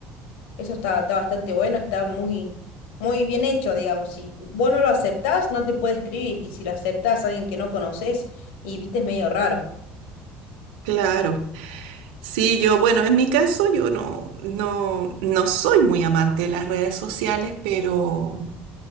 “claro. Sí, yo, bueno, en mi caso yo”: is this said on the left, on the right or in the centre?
Right